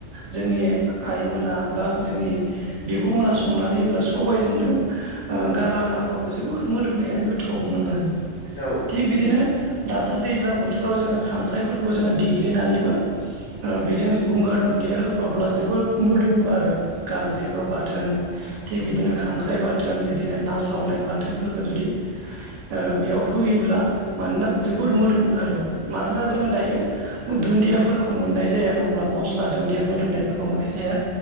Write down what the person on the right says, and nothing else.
जोंनि आइमोना बा जोंनि बिबुं होना संनानै एबा सबायजोंनो ओ गारलाना होबाबो जोबोर मोदोमनायानो गोथाव बुंनाङा आरो
थिग बिदिनो दाथ' दैज्लां बोथोराव जोङो खांख्राइफोर खौ जोङो देग्लिनानैबो ओ बेजों
गंगार दुन्दिया अब्ला जोबोद मोदोम आरो गांजेमा
बाथोन थिग बिदिनो खांख्राइ बाथोन बिदिनो ना सावनाय बाथोनफोरखौ जुदि ओ बेयाव होयोब्ला मानोना जोबोर मोदोम आरो मानोना
जोङो दायो
दुन्दियाफोरखौ मोननाय जाया नङा ओमब्ला मस्ला दुन्दिया मोदोमनायफोरखौ मोननाय जाया।